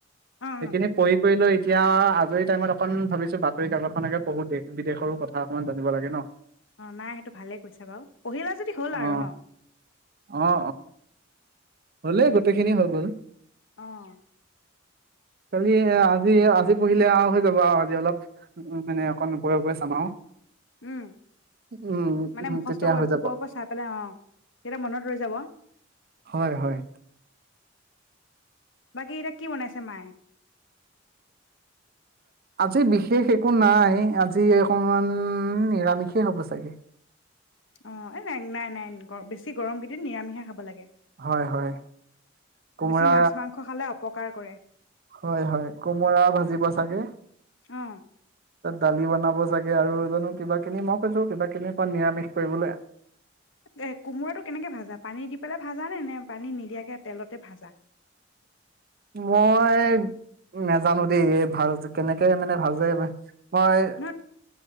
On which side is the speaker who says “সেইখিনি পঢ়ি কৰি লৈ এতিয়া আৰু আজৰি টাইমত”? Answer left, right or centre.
Right